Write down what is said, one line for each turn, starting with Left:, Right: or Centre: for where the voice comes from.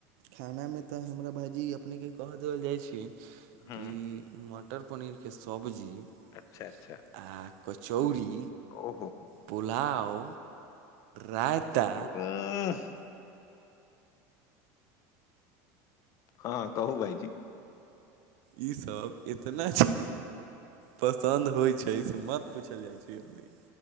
Right: खानामे तऽ हमरा भाइजी अपनेके कह देल जाइत छै
Left: हूँ
Right: कि मट मटर पनीरके सब्जी आ
Left: अच्छा अच्छा
Right: कचौड़ी
Left: ओहो हो
Right: पोलाव रायता
Left: ऐंह हँ कहू भाइजी
Right: ईसभ एतना छै पसन्द होइ छै से मत पूछल जाइ छै अपने